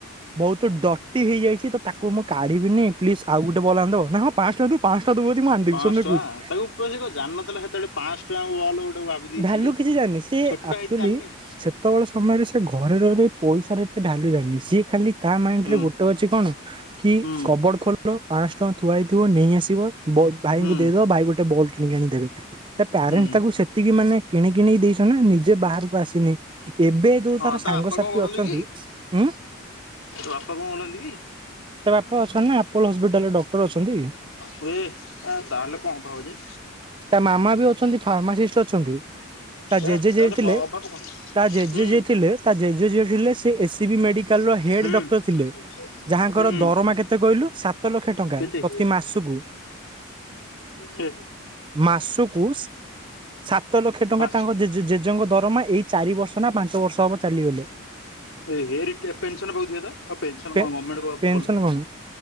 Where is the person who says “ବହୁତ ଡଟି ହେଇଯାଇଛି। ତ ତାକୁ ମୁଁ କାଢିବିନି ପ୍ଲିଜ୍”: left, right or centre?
Right